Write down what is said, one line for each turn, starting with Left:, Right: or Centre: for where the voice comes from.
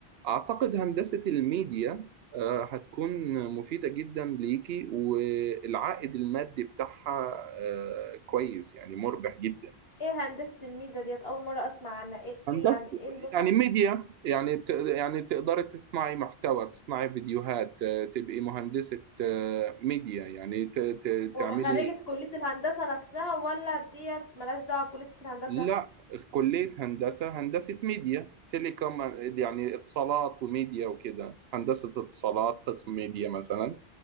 Right: اعتقد هندسه الميديا أه هتكون مفيده جدا ليكي والعائد المادي بتاعها أه كويس يعني مربح جدا
Left: ايه هندسة الميدا ديت اول مرة اسمع عنها ايه
Right: هندسه
Left: إيه يعني ايه نظام
Right: يعني ميديا يعني ت- يعني تقدري تصنعي محتوى تصنعي فيديوهات آه، تبقي مهندسة آه، ميديا يعني ت- ت-
Left: وابقى
Right: تعملي
Left: خريجة كلية الهندسة نفسها ولا ديت ملهاش دعوة بكلية الهندسة
Right: لا كلية هندسة هندسة ميديا تيليكوم يعني اتصالات وميديا وكده هندسة اتصالات قسم ميديا مثلا